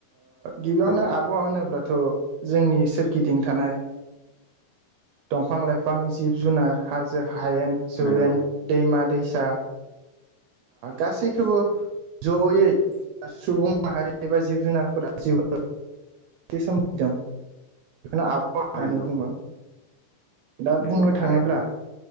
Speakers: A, on the right; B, on the left.
A: गिबियावनो।
B: औ
A: आबहावा होनोब्लाथ' जोंनि सोरगिदिं थानाय दंफां-लाइफां, जिब-जुनार' हाजो-हायेन जौवेन
B: नंगौ
A: दैमा दैसा गासैखौबो जयै सुबुं माहारि एबा जिब जुनारफोरा जिउ सोमजिदों। बेखौनो आबहावा होननानै
B: नंगौ
A: बुङो दा
B: नंगौ
A: बुंनो
B: थारैनो
A: थाङोब्ला